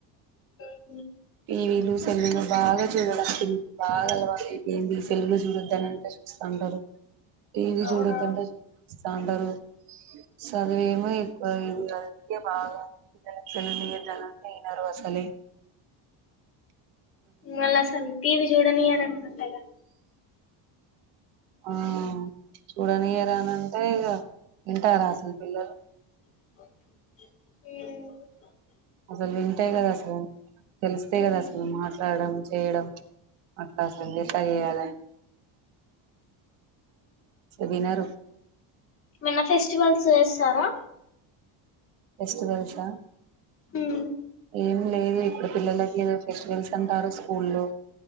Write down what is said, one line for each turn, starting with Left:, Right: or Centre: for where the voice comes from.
Left: ఉమ్
Right: టివీలు సెల్లులు బాగా చూడాల బాగా అలవాాల అతే ఏంది పెల్గులు చూడొద్దాని అంటే చూస్తా ఉంటారు టీవీ
Left: అవునా
Right: చూడద్దంటేండరు స చదివేమో ఎక్కువ బాగానికి చెలిందిద్దనంత ఇనరు ఆసలే
Left: మళ్ళసలు టీవి చూడనియరనుకుంట గా
Right: ఆ చూడనియరా అని అంటే ఇక వింటారా అసలు పిల్లలు
Left: ఉమ్
Right: అసలు వింటే గా కదా అసలు తెలిస్తే
Left: ఉమ్
Right: కదా అసలు మాట్లాడడం చేయడం అట్లా అసలు ఎట చేయాల వినరు
Left: మన్న ఫెస్టివల్స్ చేస్తారా
Right: ఫెస్టివల్సా
Left: ఉమ్
Right: ఏం లేదు ఇప్పుడు పిల్లలకి ఏదో ఫెస్టివల్స్ అంటారు స్కూల్లో